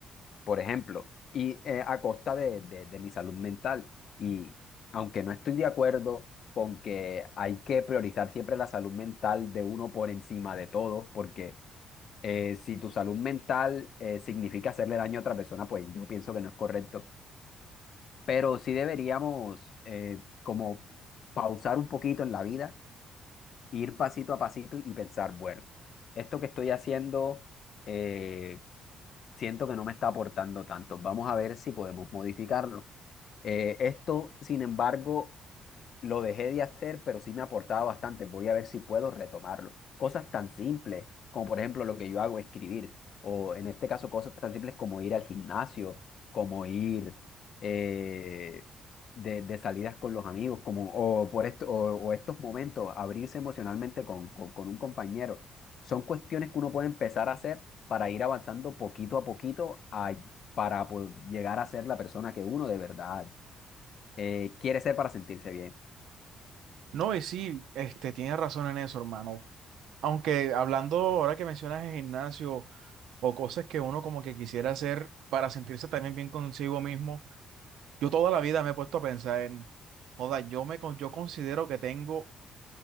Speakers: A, on the left (about 60°); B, on the right (about 80°).
A: por ejemplo, y eh, a costa de, de, de mi salud mental. Y aunque no estoy de acuerdo con que hay que priorizar siempre la salud mental de uno por encima de todo, porque eh, si tu salud mental eh, significa hacerle daño a otra persona, pues yo pienso que no es correcto. Pero sí deberíamos eh, como pausar un poquito en la vida, ir pasito a pasito y pensar, bueno, esto que estoy haciendo eh, siento que no me está aportando tanto. Vamos a ver si podemos modificarlo. Eh, esto, sin embargo, lo dejé de hacer, pero sí me aportaba bastante. Voy a ver si puedo retomarlo. Cosas tan simples como, por ejemplo, lo que yo hago, escribir. O en este caso, cosas tan simples como ir al gimnasio, como ir eh, de, de salidas con los amigos, como, o, por esto, o, o estos momentos, abrirse emocionalmente con, con, con un compañero. Son cuestiones que uno puede empezar a hacer para ir avanzando poquito a poquito a- para po- llegar a ser la persona que uno de verdad eh, quiere ser para sentirse bien.
B: No, y sí, este, tienes razón en eso, hermano. Aunque hablando ahora que mencionas el gimnasio o cosas que uno como que quisiera hacer para sentirse también bien consigo mismo, yo toda la vida me he puesto a pensar en, joda, yo me con- yo considero que tengo